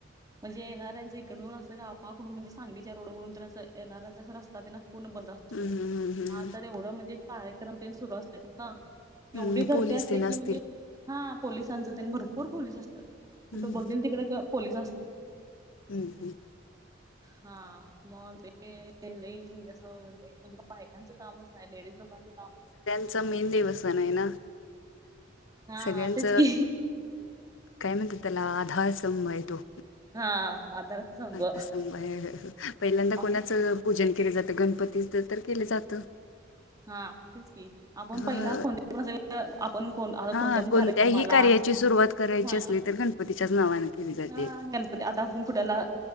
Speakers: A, on the right; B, on the left.
A: म्हणजे येणाऱ्यांच्या इकडून असं गावाकडून म्हणजे, सांगलीच्या रोड वरून येण्याचा रस्ता तेन असं पूर्ण बंद असतं.
B: हम्म हम्म हम्म
A: हा तर एवढं म्हणजे कार्यक्रम तेन सुरू असतात. हा एवढी
B: हम्म
A: गर्दी
B: पोलीस
A: असते
B: तेन
A: की
B: असतील
A: म्हणजे. हा पोलिसांच तेनी भरपूर पोललीस असतात कुठं
B: हम्म
A: बघेल तिकडे ग पोलीस असत्यात.
B: हं हं.
A: हा म ते लई जस म्हणजे <unintelligible> <unintelligible> बायकांचं कामच नाही लेडीज लोकांचं काम
B: च मेन देवस्थान आहे ना
A: हा
B: सगळ्यांच
A: तेच की
B: काय म्हणत्यात त्याला आधार आहे तो.
A: हा आधार संभ
B: ह सभ <unintelligible> पहिल्यांदा
A: आपण
B: कोणाच पूजन केले जातं गणपतीच तर केलं जातं.
A: हा तेच की आपण
B: ह
A: पहिला कोण <unintelligible> आपण आता
B: हा
A: कोणत्या पण
B: कोणत्याही
A: कार्यक्रमाला
B: कार्याची सुरुवात करायची
A: हा
B: असली तर गणपतीच्याच नावाने कती जाते.
A: हा
B: <unintelligible>
A: गणपती आता कुठला